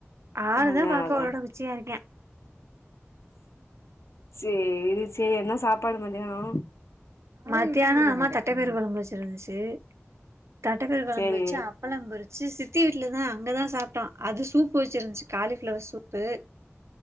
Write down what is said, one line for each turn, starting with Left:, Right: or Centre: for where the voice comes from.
Right: ஆளு
Left: அதா
Right: தா பாக்க
Left: அதா
Right: அவ்ளோட குச்சியா இருக்கியா
Left: சேரி இருச்சே என்ன சாப்பாடு மதியானம்
Right: மத்தியானம் அம்மா தட்டப்பயிறு கொழம்பு வச்சிருந்துச்சு தட்டப்பயறு கொழம்பு
Left: சேரி
Right: வச்சு அப்பளம் பொறிச்சு சிப் த்தி வீட்ல தா அங்கதா சாப்ட்டோம் அது சூப்பு வச்சுருந்துச்சு காலிஃப்ளவர் சூப்பு